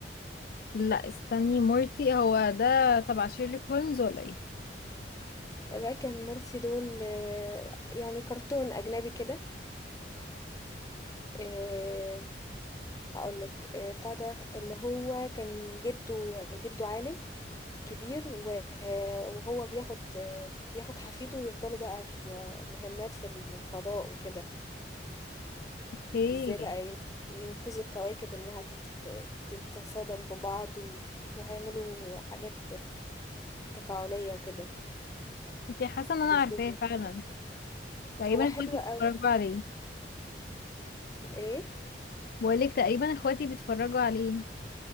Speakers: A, on the left; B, on the left.
A: لا استني مورتي هو ده تبع شيرلوك هولمز ولا ايه
B: ريك اند مورتي دول آه يعني كرتون اجنبي كده آه هقول لك آه بتاع ده اللي هو كان جده جده عالم كبير و- آه، وهو بياخد آه بياخد حفيده ويفضلوا بقى في مهمات في الفضاء وكده
A: اوكي
B: ازاي بقى ين- ينقذوا الكواكب انها تت- تتصادم ببعض و- وهيعملوا حاجات تفاعلية وكده
A: اوكي حاسه ان انا
B: بالفيزياء
A: عارفاه فعلا تقريبا
B: هو حلو
A: اخواتي
B: قوي
A: بيتفرجوا عليه
B: ايه
A: بقولك تقريبا اخواتي بيتفرجوا عليه